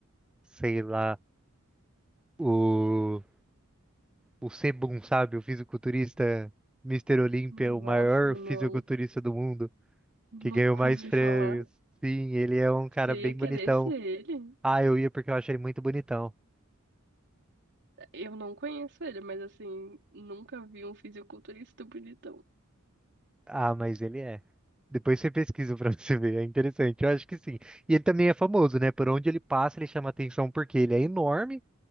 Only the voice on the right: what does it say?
Nossa,
não,
nunca
ouvi
falar.
Você
ia querer
ser ele?
Eu não conheço ele, mas assim, nunca vi um fisiculturista bonitão.